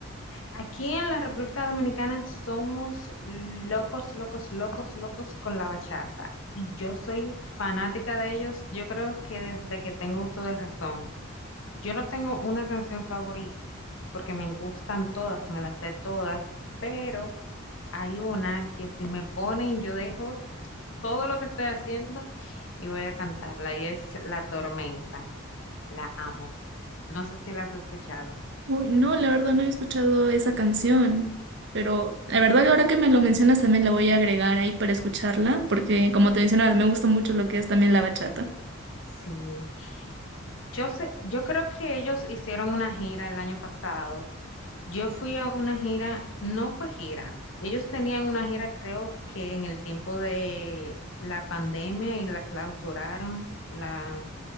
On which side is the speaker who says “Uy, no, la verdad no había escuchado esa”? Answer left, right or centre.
Right